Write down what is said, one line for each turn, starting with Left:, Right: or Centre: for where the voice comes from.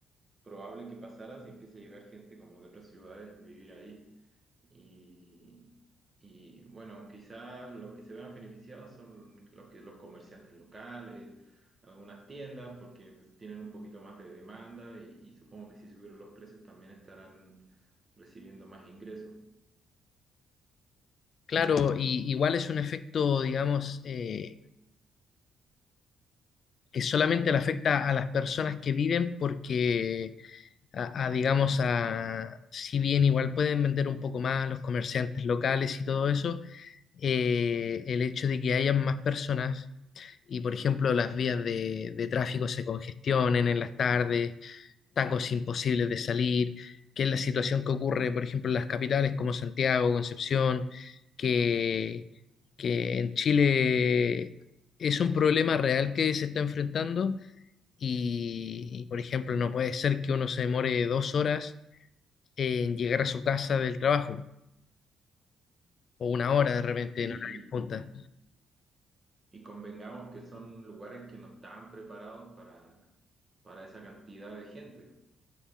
Right: probable que pasara si empieza a llegar gente como de otras ciudades a vivir ahí. Y, y, bueno, quizás lo que se vean beneficiados son los que, los comerciantes locales, algunas tiendas, porque pues, tienen un poquito más de demanda y, y supongo que si subieron los precios también estarán recibiendo más ingresos.
Left: Claro, y igual es un efecto, digamos, eh, que solamente le afecta a las personas que viven porque, a, a, digamos, a, si bien igual pueden vender un poco más los comerciantes locales y todo eso, eh, el hecho de que hayan más personas y, por ejemplo, las vías de, de tráfico se congestionen en las tardes tacos imposibles de salir, que es la situación que ocurre, por ejemplo, en las capitales como Santiago, Concepción, que, que en Chile es un problema real que se está enfrentando y, y, por ejemplo, no puede ser que uno se demore dos horas en llegar a su casa del trabajo o una
Right: Sí,
Left: hora de repente
Right: Sí,
Left: en
Right: y,
Left: horario punta.
Right: y convengamos que son lugares que no estaban preparados para, para esa cantidad de gente.